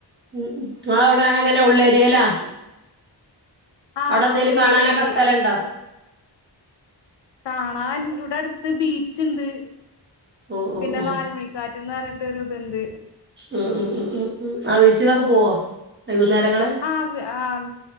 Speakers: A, on the right; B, on the left.
A: ഉം ങ്ങളവടെ എങ്ങനെ ഉള്ളേരിയലാ?
B: ആഹ്
A: അവടെ
B: കൊറച്ചുള്ളേരി
A: എന്തേലും കാണാനൊക്കെ സ്ഥലണ്ടോ?
B: കൊ കാണാൻ ഇവടെ അടുത്ത് ബീച്ച്ണ്ട്,
A: ഓ
B: പിന്നെ
A: ഓ ഓ
B: ന്നാലുമണിക്കാറ്റ്ന്നറ ട്ടൊര്ത്ണ്ട്.
A: ഉം ഉം ഉം ഉം ഉ ആഹ് ബീച്ചിക്കൊക്ക പുവ്വോ വൈകുന്നേരങ്ങള്?
B: ആഹ് ആം